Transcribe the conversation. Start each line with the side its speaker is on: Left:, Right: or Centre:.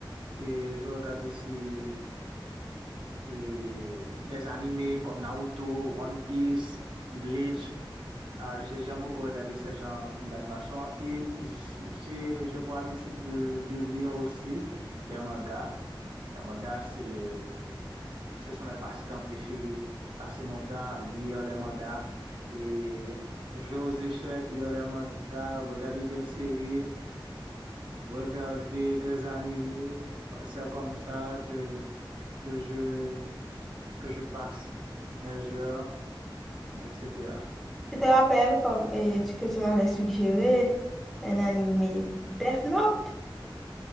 Right: et je regarde aussi et des animés comme Naruto, One Piece, Bleach. Ah, j'ai- j'aime beaucoup regarder ces genres d'animation et j'ai j'ai pour habitude de, de lire aussi les mangas. Les mangas, c'est, ce sont mes passe-temps préférés. Passer mon temps à lire les mangas et jouer aux échecs, lire les mangas, regarder des séries. regarder des animés. C'est comme ça que, que je, que je passe mes heures, etc.
Centre: Tu te rappelles comme, euh, tu- que tu m'avais suggéré un animé Death Note?